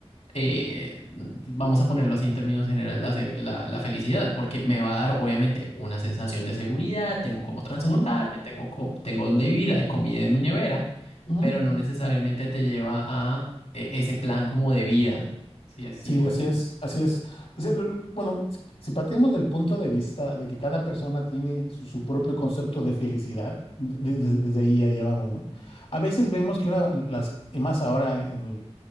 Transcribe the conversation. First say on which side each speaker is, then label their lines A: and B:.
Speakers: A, on the left; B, on the left.
A: eh, vamos a ponerlo así en términos generales, la, se- la- la felicidad, porque me va a dar obviamente una sensación de seguridad, tengo cómo transportarme,
B: Ujú,
A: tengo, co- tengo dónde vivir, hay comida en mi nevera,
B: ujú, ujú.
A: pero no necesariamente te lleva a eh, ese plan como de vida, si así
B: Sí,
A: lo vemos.
B: así es, así es. O sea, lo- bueno, si partimos del punto de vista de que cada persona tiene su, su propio concepto de felicidad, de- de- desde ahí ya, ya vamos, ¿no? A veces vemos que una, las, y más ahora en